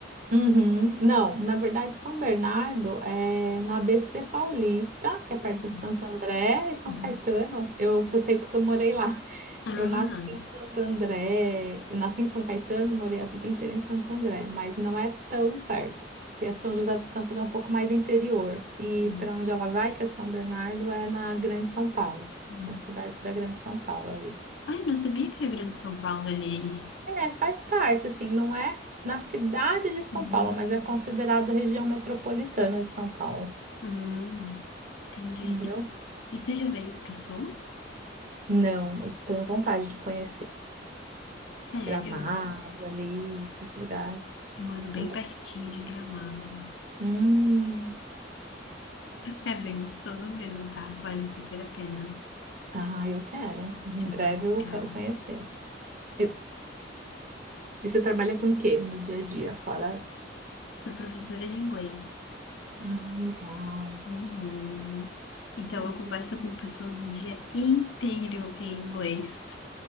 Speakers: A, on the right; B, on the left.
A: Uhum. Não, na verdade, São Bernardo é no ABC Paulista, que é perto
B: Uhum,
A: de Santo André e São
B: uhum,
A: Caetano. Eu, eu sei porque eu morei lá.
B: Ah,
A: Eu nasci em Santo André, eu nasci em São Caetano, morei a vida inteira em Santo André, mas não é tão perto, porque São José dos Campos é um pouco mais interior. E
B: uhum,
A: para onde ela vai, que é São Bernardo, é na Grande São Paulo.
B: uhum,
A: São cidades da Grande São Paulo ali.
B: ai, não sabia que era Grande São Paulo ali.
A: É, faz parte, assim, não é na cidade de São
B: uhum.
A: Paulo, mas é considerado região metropolitana de São Paulo,
B: Hum, entendi.
A: entendeu?
B: E, e tu já veio pro sul?
A: Não, eu tenho vontade de conhecer
B: Sério?
A: Gramado ali, esses lugares.
B: Eu moro bem
A: Santa
B: pertinho de Gramado.
A: Hum.
B: É bem gostoso mesmo, tá? Vale super a pena.
A: Ah, eu quero. Em
B: É bem
A: breve
B: legal.
A: eu quero conhecer. E, e você trabalha com o quê no dia a dia? Fora.
B: Sou professora de inglês.
A: Ah, legal.
B: Uhum. Então,
A: Bacana.
B: eu converso com pessoas o dia inteiro em inglês,